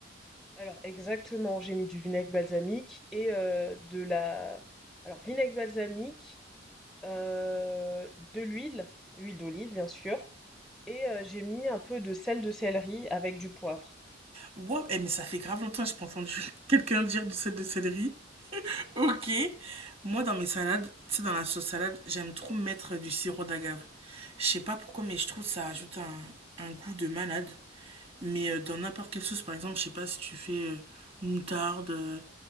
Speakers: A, in the centre; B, on the right.
A: Alors exactement, j'ai mis du vinaigre balsamique et heu, de la alors vinaigre balsamique, heu, de l'huile, huile d'olive bien sûr et heu, j'ai mis un peu de sel de céleri avec du poivre.
B: Wow eh, mais ça fait grave longtemps que j'ai pas entendu <laughs> quelqu'un dire du sel de céleri. Ok. Moi, dans mes salades, tu sais, dans la sauce salade, j'aime trop mettre du sirop d'agave. Je sais pas pourquoi, mais je trouve que ça ajoute un, un goût de malade. Mais euh, dans n'importe quelle sauce, par exemple, je sais pas si tu fais euh, moutarde, euh,